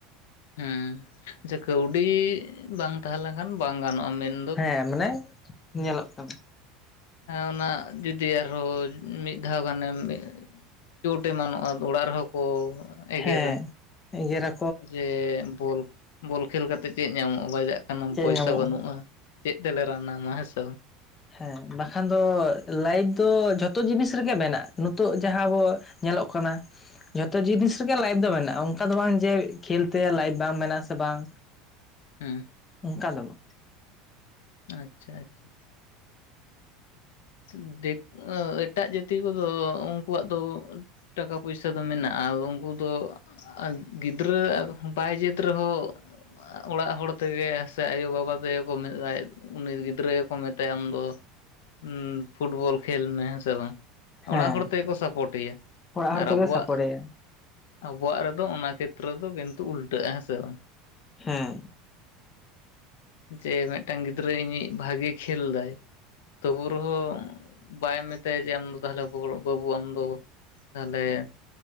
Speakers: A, on the left; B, on the left.
A: ᱦᱩᱸ, ᱡᱮ ᱠᱟᱹᱣᱰᱤ ᱵᱟᱝ ᱛᱟᱦᱮ ᱞᱮᱱᱠᱷᱟᱱ ᱵᱟᱝ ᱜᱟᱱᱚᱜᱼᱟ, ᱢᱮᱱ
B: ᱦᱮᱸ, ᱢᱟᱱᱮ ᱧᱮᱞᱚᱜ ᱠᱟᱱᱟ᱾
A: ᱦᱮᱸ, ᱚᱱᱟ ᱡᱩᱫᱤ ᱟᱨᱦᱚ ᱩᱸ ᱢᱤᱫ ᱫᱷᱟᱣ ᱜᱟᱱᱮᱢ ᱮ ᱪᱳᱴ ᱮᱢᱟᱱᱚᱜᱼᱟ ᱚᱲᱟᱜ ᱨᱮᱦᱚ ᱠᱚ
B: ᱦᱮᱸ,
A: ᱮᱜᱮᱨᱟ
B: ᱮᱜᱮᱨᱟ᱾
A: ᱡᱮ ᱵᱚᱞ ᱵᱚᱞ ᱠᱷᱮᱹᱞ ᱠᱟ- -ᱛᱮ ᱪᱮᱜ ᱧᱟᱢᱚᱜ ᱵᱟᱡᱟᱜ ᱠᱟᱱᱟᱢ
B: ᱪᱮᱫ
A: ᱯᱚᱭᱥᱟ
B: ᱧᱟᱢᱚᱜᱼᱟ
A: ᱵᱟᱹᱱᱩᱜᱼᱟ, ᱪᱮᱫ ᱛᱮᱞᱮ ᱨᱟᱱᱟᱢᱟ? ᱦᱮᱥᱮ,
B: ᱮᱸ, ᱵᱟᱠᱷᱟᱱ ᱫᱚ ᱞᱟᱭᱤᱯ ᱫᱚ ᱡᱷᱚᱛᱚ ᱡᱤᱱᱤᱥ ᱨᱮᱜᱮ ᱢᱮᱱᱟᱜᱼᱟ᱾ ᱱᱳᱛᱳᱜ ᱡᱟᱦᱟᱸ ᱵᱚ ᱧᱮᱞᱚᱜ ᱠᱟᱱᱟ, ᱡᱷᱚᱛᱚ ᱡᱤᱱᱤᱥ ᱨᱮᱜᱮ ᱞᱟᱭᱤᱯᱷ ᱫᱚ ᱢᱮᱱᱟᱜᱼᱟ, ᱚᱝᱠᱟ ᱫᱚ ᱵᱟᱝ ᱡᱮ ᱠᱷᱮᱹᱞ ᱛᱮ ᱞᱟᱭᱤᱯᱷ ᱵᱟᱝ ᱢᱮᱱᱟᱜ ᱟᱥᱮ ᱵᱟᱝ!
A: ᱦᱩᱸ,
B: ᱚᱝᱠᱟ ᱫᱚ ᱵᱟ
A: ᱟᱪᱪᱷᱟ ᱟᱪᱪᱷᱟ, ᱛᱷᱤ ᱫᱤ ᱟᱺ ᱮᱴᱟᱜ ᱡᱟᱹᱛᱤ ᱠᱚᱫᱚ ᱩᱝᱠᱩᱣᱟᱜ ᱫᱚ, ᱚᱱ ᱴᱟᱠᱟ ᱯᱩᱭᱥᱟᱹ ᱫᱚ ᱢᱮᱱᱟᱜᱼᱟᱣ ᱩᱝᱠᱩ ᱫᱚ ᱟ ᱜᱤᱫᱽᱨᱟᱹ ᱟᱣᱠᱷᱟᱱ ᱵᱟᱭ ᱡᱩᱫ ᱨᱮᱦᱚ ᱟ ᱚᱲᱟᱜ ᱦᱚᱲ ᱛᱮᱜᱮ ᱥᱮ ᱟᱭᱚᱼᱵᱟᱵᱟ ᱯᱮᱜᱮ ᱠᱚ <inaudible> ᱩᱱᱤ ᱜᱤᱫᱽᱨᱟᱹ ᱜᱮᱠᱚ ᱢᱮᱛᱟᱭᱟ ᱩᱱ ᱫᱚ᱾ ᱦᱩᱸ᱾ ᱯᱷᱩᱴᱵᱚᱞ ᱠᱷᱮᱹᱞ ᱢᱮ ᱦᱮᱸ ᱥᱮ ᱵᱟᱝ,
B: ᱦᱮᱸ
A: ᱚᱲᱟᱜ ᱦᱚᱲ ᱛᱮᱜᱮ ᱠᱚ ᱥᱟᱯᱳᱴᱮᱭᱟ
B: ᱚᱲᱟᱜ ᱦᱚᱲ
A: ᱟᱨ
B: ᱛᱮᱜᱮ
A: ᱟᱵᱚᱣᱟᱜ
B: ᱥᱟᱯᱚᱴᱮᱭᱟ
A: ᱟᱵᱚᱣᱟᱜ ᱨᱮᱫᱚ ᱚᱱᱟ ᱠᱷᱮᱛᱨᱚ ᱫᱚ ᱠᱤᱱᱛᱩ ᱩᱞᱴᱟᱹᱜ-ᱟ ᱦᱮᱸ ᱥᱮ ᱵᱟᱝ?
B: ᱦᱩᱸ᱾
A: ᱡᱮ ᱢᱤᱫᱴᱟᱝ ᱜᱤᱫᱽᱨᱟᱹ ᱤᱧᱤᱡ ᱵᱷᱟᱜᱤ ᱠᱷᱮᱹᱞ ᱫᱟᱭᱺ ᱛᱚᱵᱩ ᱨᱮᱦᱚᱸ ᱵᱟᱭ ᱢᱮᱛᱟᱭᱟ ᱡᱮ ᱟᱢ ᱫᱚ ᱛᱟᱦᱞᱮ <unintelligible> ᱵᱟᱹᱵᱩ ᱟᱢ ᱫᱚ ᱛᱟᱦᱞᱮ